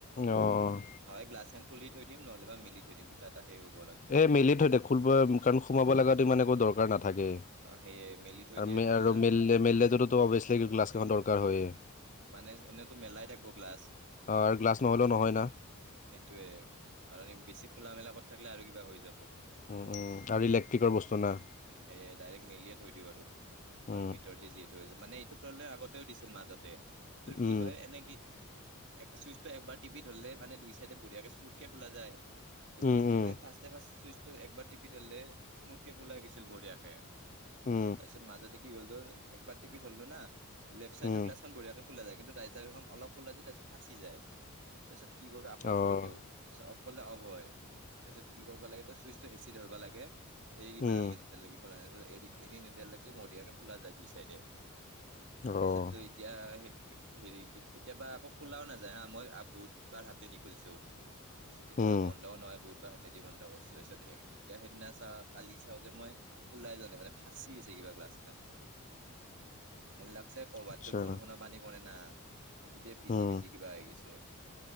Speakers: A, on the left; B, on the right.
A: অ'।
B: হয় গ্লাছ খ খুলি থৈ দিম, নহলে বা মিলি থৈ দিম কিবা এটা লাগব আৰু
A: এ মেলি থৈ দে, <unintelligible> কাৰণ সোমাব লগাতো ইমান একো দৰকাৰ নাথাকে।
B: অ সেয়ে মেলি থৈ দিয়াই
A: আৰু-আৰু
B: ভাল না
A: মেলি-মেলিলেতো অভিয়াচলি গ্লাছখবৰ দৰকাৰ হইয়ে।
B: মানে এনেইতো মেলাই থাকো গ্লাছ।
A: আৰু গ্লাছ নহ'লেও নহয় না।
B: সেইটোয়ে, কাৰণ বেছি খোলা মেলা কৰ থাকিলে আৰু কিবা হৈ যাব।
A: উম উম আৰু ইলেক্ট্ৰিকৰ বস্তু না।
B: সেয়াই ডাইৰেক্ট মেলিয়ে থৈ দিওঁ আৰু। কাৰণ
A: উম,
B: ভিতৰ দি যিহটো মানে এইটো প্ৰব্লেম আগতেও দিছিল মাজতে। তোৰ কি
A: উম,
B: হয় এনে কি এক চুইচটো একবাৰ টিপি ধৰিলে মানেই চাইডে বঢ়িয়াকে স্মুথকে খোলা যায়। এইটো
A: উম,
B: মানে কি
A: উম,
B: হয় ফাৰ্ষ্ট এ ফাৰ চুইচটো একবাৰ টিপি থলে স্মুথকে খোলা গৈছিল বঢ়িয়াকে।
A: উম,
B: তাৰপিছত মাজতে কি হয় গল, একবাৰ টিপি থলো না লেফ্ট চাইডৰ
A: উম,
B: গ্লাছখন বঢিয়াকৈ খোলা যায় কিন্তু ডাইচাৰখন অলপ খোলা যায়, তাৰ পিচত ফাঁচি যায় তাৰপিছত কি কৰো আক অফ
A: অ'।
B: কৰি দিওঁ তত অফ কৰলে অফ হয় তাৰপিছত কি কৰিব লাগে ত চুইচটো হেঁচি ধৰিব লাগে এৰি দিব
A: উম,
B: নালগে যেতিয়ালৈকে খোলা এৰি-এৰি নিদিয়ালৈকে মদিয়াকে খোলা যায় দুই চাইডে।
A: অ',
B: তাৰপিছত তো এতিয়া হেৰি, কেতিয়াবা আকৌ খোলাও নাযায় হা, মই আ বহুত বাৰ হাতেদি খুলছো, তাৰছত কেতিয়াবা
A: উম,
B: বন্ধও নহয় বহুত হাতেদি বন্ধ কৰি, এতিয়া সেইদিনা চাওঁ কালি চাও যে মই ওলাই জোৱা নাই মানে ফাঁচি আছে- ক্লাছ খন মোৰ‌ লাগছে অ বাতটোত
A: আচ্ছা,
B: বৰষুণৰ পানী কৰে না সেইটোতে ভিজি
A: উম,
B: ভিজি কিবা হৈ গৈছে।